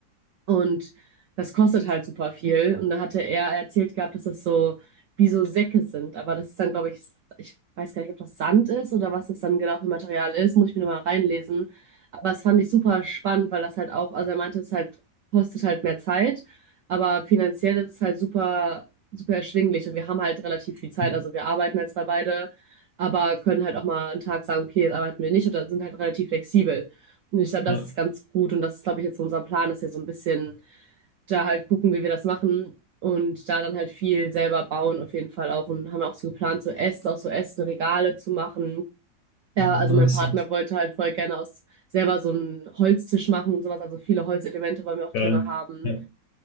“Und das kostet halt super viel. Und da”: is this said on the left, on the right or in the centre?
Right